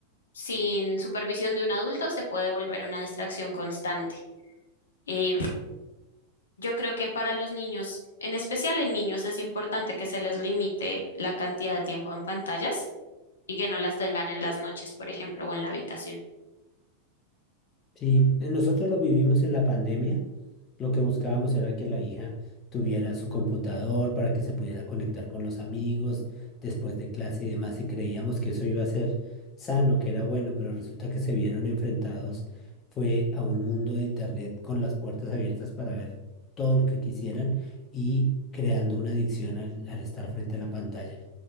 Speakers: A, on the left; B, on the left.
A: sin supervisión de un adulto, se puede volver una distracción constante. Eh, yo creo que para los niños, en especial en niños, es importante que se les limite la cantidad de tiempo en pantallas y que no las tengan en las noches, por ejemplo, o en la habitación.
B: Sí, eh, nosotros lo vivimos en la pandemia. Lo que buscábamos era que la hija tuviera su computador para que se pudiera conectar con los amigos después de clase y demás, y creíamos que eso iba a ser sano, que era bueno, pero resulta que se vieron enfrentados, fue a un mundo de internet con las puertas abiertas para ver todo lo que quisieran y creando una adicción al al estar frente a la pantalla.